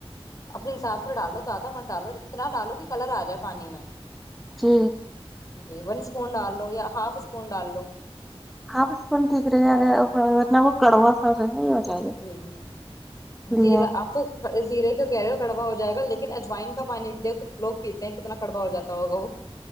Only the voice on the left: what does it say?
اپنے حساب سے ڈالو زیادہ مر ڈالو اتنا ڈالو کہ کلر آ جائے پانی میں
جی ون اسپون ڈال لو یا ہاف اسپون ڈال لو
جی جی زیرا
آپ تو زیرے کی کہہ رہے ہو کڑوا ہو جائے گا لیکن اجوائن کا پانی د لوگ پیتے ہیں کتنا کڑوا ہو جاتا ہوگا وہ